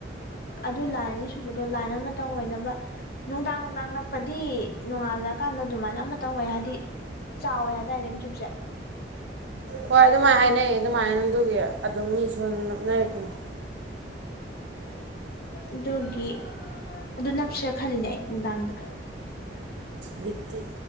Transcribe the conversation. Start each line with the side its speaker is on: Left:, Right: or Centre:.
Left: ꯑꯗꯨ ꯂꯥꯏꯟ ꯑꯅꯤ ꯁꯨꯕꯗꯣ ꯂꯥꯏꯟ ꯑꯃꯇꯪ ꯑꯣꯏꯅꯕ ꯅꯨꯡꯗꯥꯡ ꯅꯨꯡꯗꯥꯡ ꯅꯞꯄꯗꯤ ꯅꯣꯡꯉꯥꯜꯂꯀꯥꯟ ꯐꯟꯅ ꯑꯗꯨꯃꯥꯏꯅ ꯑꯃꯇꯪ ꯑꯣꯏ ꯍꯥꯏꯗꯤ ꯆꯥꯎꯋꯦ ꯍꯥꯏꯗꯥꯏꯔꯅꯦ ꯃꯤꯊꯨꯞꯁꯦ
Right: ꯍꯣꯏ ꯑꯗꯨꯃꯥꯏꯅ ꯍꯥꯏꯅꯑꯦ ꯑꯗꯨꯃꯥꯏꯅꯗꯨꯒꯤ ꯑꯗꯨꯝ ꯃꯤꯁꯨ ꯑꯗꯨꯝ ꯅꯞꯅꯔꯤꯗꯨꯅꯤ
Left: <inaudible> ꯑꯗꯨꯒꯤ ꯑꯗꯨ ꯅꯞꯁ ꯈꯜꯂꯤꯅꯦ ꯑꯩ ꯅꯨꯡꯗꯥꯡꯗ
Right: ꯕꯤꯠꯇꯤ